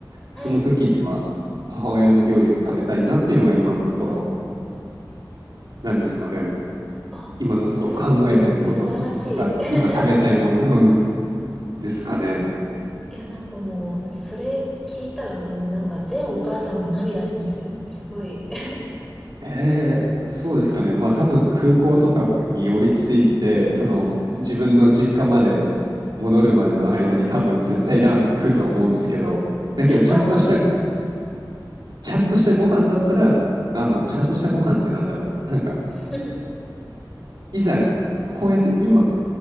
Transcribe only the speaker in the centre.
はい。
あ、
す、素晴らしい。<laughs>
いや、なんかもう、それ聞いたらもうなんか全お母さんが涙しますよ。すごい。<laughs>
うん。
うん。
まあまあ。
<laughs> う